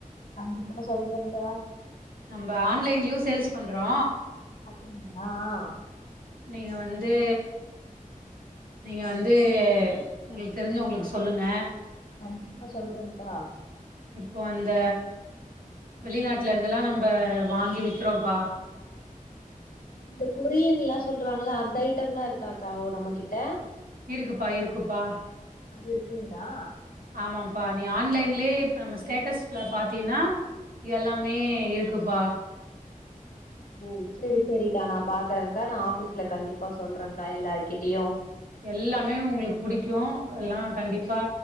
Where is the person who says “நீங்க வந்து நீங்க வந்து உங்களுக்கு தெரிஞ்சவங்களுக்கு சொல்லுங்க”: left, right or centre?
Right